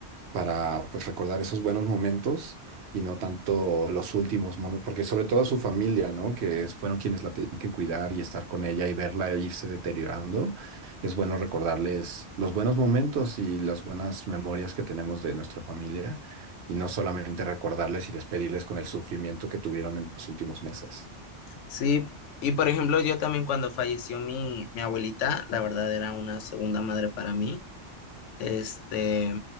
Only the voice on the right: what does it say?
para pues recordar esos buenos momentos y no tanto los últimos momentos, porque sobre todo a su familia, ¿no? Que es- fueron quienes la tenían que cuidar y estar con ella y verla irse deteriorando. Es bueno recordarles los buenos momentos y las buenas memorias que tenemos de nuestra familia y no solamente recordarles y despedirles con el sufrimiento que tuvieron en los últimos meses.